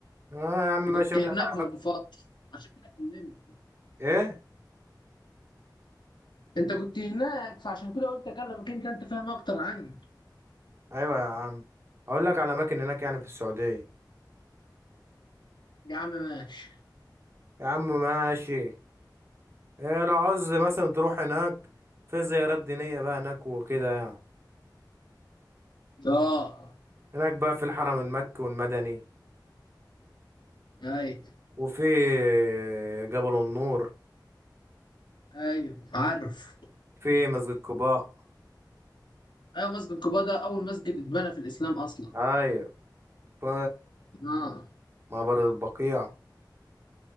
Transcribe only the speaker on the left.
كنت
هناك
من
فترة عشان كده كلمت
انت كنت هناك فعشان كده قلت اكلمك انت انت فاهم اكتر عني
يا عم ماشي
اه
ايوه
ايوه عارف
ايوه مسجد قباء ده اول مسجد اتبنى في الاسلام اصلا
اه